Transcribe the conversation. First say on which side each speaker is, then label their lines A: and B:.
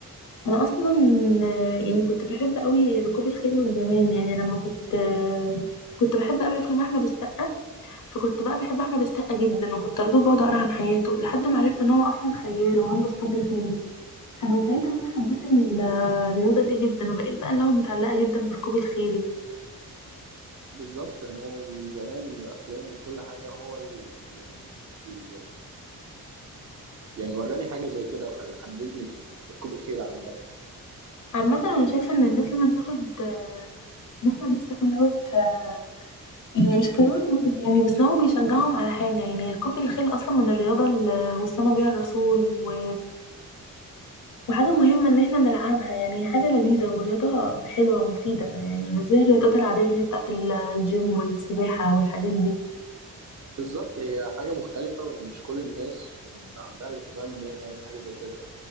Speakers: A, on the left; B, on the right.
A: انا اصلا آه، يعني كنت بحب قوي ركوب الخيل من زمان يعني لما كنت آه، كنت بحب قوي افلام احمد السقا فكنت بقى بحب احمد السقا جدا وكنت على طول بقعد اقرا عن حياته لحد ما عرفت ان هو اصلا خيال وعنده اسطبل خيل فمن ساعتها وانا حبيت ال- الرياضه دي جدا وبقيت بقى اللي هو متعلقه جدا بركوب الخيل
B: بالظبط يعني هو من زمان أفلام وكل حاجة هو ال... يعني ال... يعني وراني حاجة زي كده وخل حببني في في ركوب الخيل عامة
A: عامة أنا شايفة إن الناس لازم تاخد آه، إن إحنا بنستقبل دوت آه، يعني مش كرول موديل يعني بس هو بيشجعهم على حاجة يعني ركوب الخيل أصلا من الرياضة اللي وصانا بيها الرسول و... وحاجة مهمة إن إحنا نلعبها يعني هي حاجة لذيذة ورياضة حلوة ومفيدة يعني مش زي الرياضات العادية اللي هي بتاعت ال- الجيم والسباحة والحاجات دي
B: بالظبط هي حاجة مختلفة ومش كل الناس عندها الاهتمام إن هي تعمل حاجة زي كده